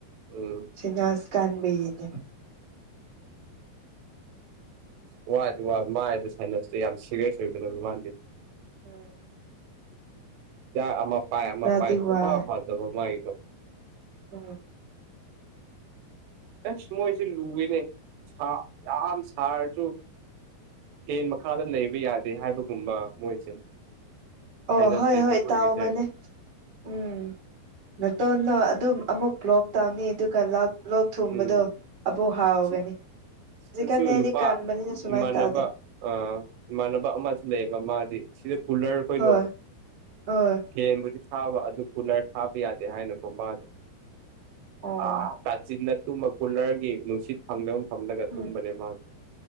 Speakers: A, on the right (about 85°); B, on the right (about 45°).
A: ꯎꯝ
B: ꯁꯤꯤꯟꯥꯁ ꯀꯥꯥꯟꯕꯅꯤ
A: ꯋꯥꯗꯤ ꯃꯥꯗ ꯁꯥꯏꯅꯁꯇ ꯌꯥꯝ ꯁꯤꯦꯔꯤꯌꯁ ꯑꯣꯏꯒꯅꯦꯕ ꯃꯥꯗꯤ
B: ꯎꯝ
A: ꯌꯥ ꯑꯃ ꯄꯥꯏ ꯑꯃ
B: ꯈꯔꯗꯤ
A: ꯄꯥꯏ ꯁ
B: ꯋꯥꯏ
A: ꯐꯥꯎ ꯐꯥꯎꯗꯕ ꯃꯥꯏꯗꯧ
B: ꯎꯝ
A: ꯑꯁ ꯃꯣꯏꯁꯤꯦ ꯂꯨꯏꯅꯦ ꯌꯥꯝ ꯁꯥꯔꯁꯨ ꯍꯦꯟ ꯃꯈꯥꯗ ꯂꯩꯕ ꯌꯥꯗꯦ ꯍꯥꯏꯕꯒꯨꯝꯕ ꯃꯣꯏꯁꯦ
B: ꯑꯣ
A: ꯍꯥꯏꯅꯁ
B: ꯍꯣꯏ
A: ꯂꯩꯕ
B: ꯍꯣꯏ
A: ꯑꯩꯈꯣꯏꯒꯤꯁꯦ
B: ꯇꯥꯥꯎꯑꯣꯕꯅꯦ ꯎꯝ ꯅꯇꯣꯟꯅꯣ ꯑꯗꯨꯝ ꯑꯃꯨꯛ ꯂꯣꯛ ꯇꯎꯅꯤ ꯑꯗꯨꯒ ꯂꯥꯛ ꯂꯣꯛ ꯊꯨꯝꯕꯗꯣ
A: ꯎꯝ
B: ꯑꯕꯨꯧ ꯍꯥꯎꯒꯅꯤ
A: ꯁꯤ ꯁꯤꯗꯁꯨ
B: ꯍꯧꯖꯤꯛꯀꯥꯟꯅꯤ ꯑꯩꯗꯤ
A: ꯅꯨꯄꯥ
B: ꯀꯟꯕꯅꯤꯅ ꯁꯨꯃꯥꯏꯅ
A: ꯏꯃꯥꯟꯅꯕ
B: ꯇꯥꯗꯦ
A: ꯑ ꯏꯃꯥꯟꯅꯕ ꯑꯃꯁꯨ ꯂꯩꯌꯦꯕ ꯃꯥꯗꯤ ꯁꯤꯗ ꯀꯨꯂꯔ ꯈꯣꯏꯗꯣ
B: ꯍꯣꯏ ꯍꯣꯏ
A: ꯐꯦꯟꯕꯨꯗꯤ ꯊꯥꯕ ꯑꯗꯨ ꯀꯨꯂꯔ ꯊꯥꯕ ꯌꯥꯗꯦ ꯍꯥꯏꯅꯒꯨꯝꯕ
B: ꯑꯣ
A: ꯑꯥ ꯆꯤꯟꯅ ꯇꯨꯝꯕ ꯀꯨꯂꯔꯒꯤ ꯅꯨꯡꯁꯤꯠ ꯐꯪꯗꯕ ꯃ ꯐꯝꯂꯒ
B: ꯎꯝ
A: ꯇꯨꯝꯕꯅꯦ ꯃꯥꯁꯦ